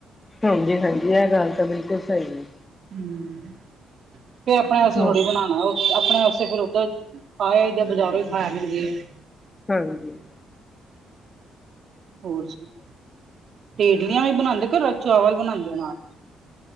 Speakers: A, on the left; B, on the right.
A: ਹਾਂਜੀ- ਹਾਂਜੀ ਇਹ ਗੱਲ ਤਾਂ ਬਿਲਕੁਲ ਸਹੀ ਹੈ।
B: ਹਮ ਫਿਰ ਆਪਣੇ ਵਾਸਤੇ ਥੋੜ੍ਹੀ
A: ਹ
B: ਬਣਾ। ਣਾ ਆਪਣੇ ਵਾਸਤੇ ਫਰ ਓਧਰ ਖਾਆਦ ਬਾਜ਼ਾਰੋਂ ਹੀ ਖਾਇਆ ਮਿਲਦੀ।
A: ਹਾਂਜੀ,
B: ਹੋਰ ਸੁਣਾ ਤੇ ਇਡਲੀਆਂ ਵੀ ਬਣਾਂਦੇ ਕੇ ਚੋਲ ਬਣਾਂਦੇ ਓ ਨਾਲ।